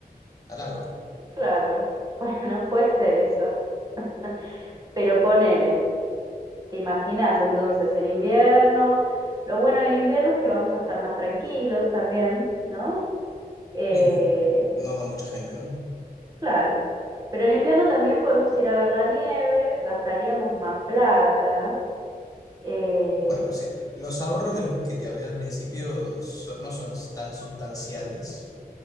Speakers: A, on the left (about 20°); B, on the right (about 25°).
A: al agua.
B: Claro, <laughs> bueno, puede ser eso. <laughs> Pero ponele, ¿te imaginas entonces en invierno? Lo bueno en invierno es que vamos a estar más tranquilos también, ¿no? Eh,
A: Sí, no va mucha gente, ¿no?
B: claro. Pero en invierno también podemos ir a ver la nieve, gastaríamos más plata. Eh,
A: Bueno, sí, los ahorros de los que te hablé al principio so- no son tan sustanciales,